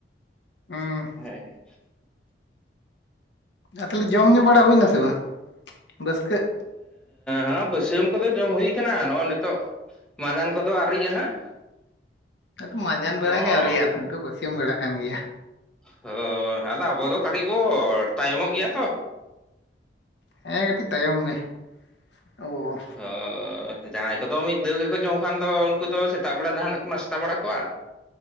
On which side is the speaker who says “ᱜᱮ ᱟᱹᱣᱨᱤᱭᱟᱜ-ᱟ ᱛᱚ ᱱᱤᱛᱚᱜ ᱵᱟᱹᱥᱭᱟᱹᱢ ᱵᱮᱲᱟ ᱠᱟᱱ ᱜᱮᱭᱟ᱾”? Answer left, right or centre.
Left